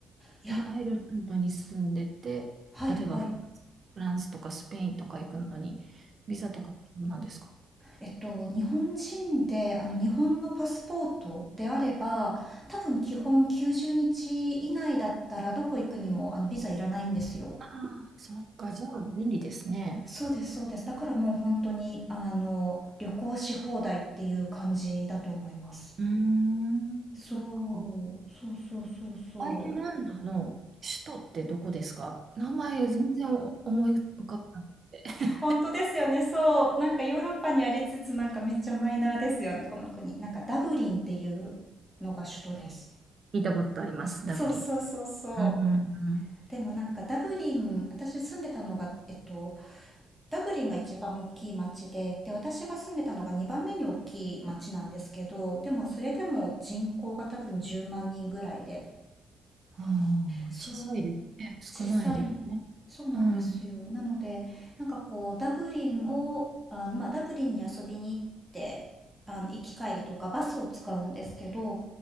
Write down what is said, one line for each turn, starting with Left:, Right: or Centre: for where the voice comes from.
Centre: いや、
Right: え、アイルランドに住んでて、
Centre: はいはい。
Right: 例えばフランスフランスとかスペインとか行くのに、ビザとか必要なんですか
Centre: えっと、日本人で、あの、日本のパスポートであれば、多分基本90日以内だったら、どこ行くにも、あの、ビザいらないんですよ。
Right: ああそっか、じゃあ便利ですね。
Centre: そうです、そうです。だからもう本当に、あの、旅行し放題っていう感じだと思います。
Right: うーん、
Centre: そ
Right: そっか。
Centre: う、そうそうそうそう。
Right: アイルランドの首都ってどこですか名前全然思い浮かばなくて。<laughs>
Centre: 本当ですよね、そう。なんかヨーロッパにありつつ、なんかめっちゃマイナーですよね、この国。なんかダブリンっていうのが首都です。
Right: 聞いたことあります、
Centre: そうそうそうそう。
Right: ダブリン。うんうんうん。
Centre: でもなんかダブリン、私住んでたのが、えっと、ダブリンが一番大きい町で、で、私が住んでたのが2番目に大きい町なんですけど、でもそれでも人口が多分10万人ぐらいで、
Right: あ
Centre: そう、
Right: あ、小さいですね。少ないですね。
Centre: 小さい、そうなんですよ。
Right: うん。
Centre: なので、なんかこう、ダブリンを、あの、まあ、ダブリンに遊びに行って、あの、行き帰りとかバスを使うんですけど、